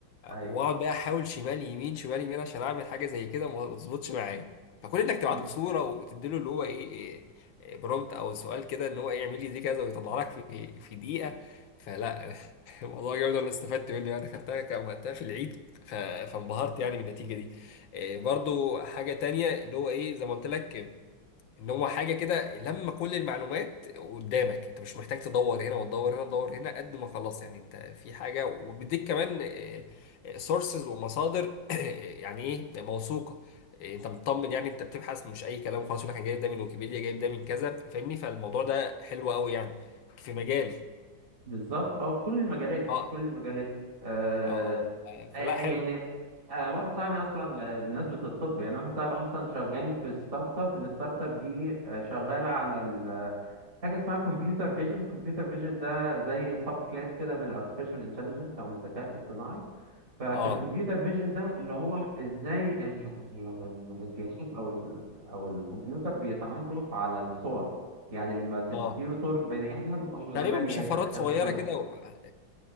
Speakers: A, on the right; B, on the left.
A: ايوه
B: واقعد بقى احاول شمال يمين شمال يمين عشان اعمل حاجه زي كده ما ما تظبطش معايا فكون انك
A: مم.
B: تبعت له صوره وتديله اللي هو ايه, إيه إيه برومبت او سؤال كده ان هو ايه يعمل لي دي كذا ويطلع لك في في دقيقه فلا <laughs> الموضوع جامد انا استفدت منه يعني خدتها كان وقتها في العيد ف- فانبهرت يعني بالنتيجه دي إيه برضو حاجه تانية اللي هو ايه زي ما قلت لك ان هو حاجه كده لما كل المعلومات قدامك انت مش محتاج تدور هنا وتدور هنا وتدور هنا قد ما خلاص يعني انت في حاجه وبيديك كمان سورسز ومصادر <coughs> <clears throat> يعني ايه موثوقه آه، انت مطمن يعني انت بتبحث مش اي كلام خلاص يقول لك انا جايب ده من ويكيبيديا جايب ده من كذا فاهمني فالموضوع ده حلو قوي يعني في مجالي
A: بالظبط اه في كل المجالات
B: اه
A: كل المجالات آه،
B: اه اه آه،
A: آه،
B: فلا
A: آه،
B: حلو
A: يعني آه، واحد صاحبي اصلا آه، بمناسبه الطب يعني واحد صاحبي اصلا شغال في ستارت اب الستارت اب دي آه، شغاله على ال- حاجه اسمها كمبيوتر فيجن كمبيوتر فيجن ده زي سب كلاس كده من الارتفيشال انتليجنس او من الذكاء الاصطناعي ففي
B: اه
A: الكمبيوتر فيجن ده اللي هو ازاي ال- ال- الجهاز او ال- او الكمبيوتر بيتعرف على الصور يعني لما تديله
B: اه
A: صورة بني آدم اه
B: تقريبا
A: ده بني
B: بشفرات
A: آدم ده
B: صغيره
A: مش كلب
B: كده و... آه،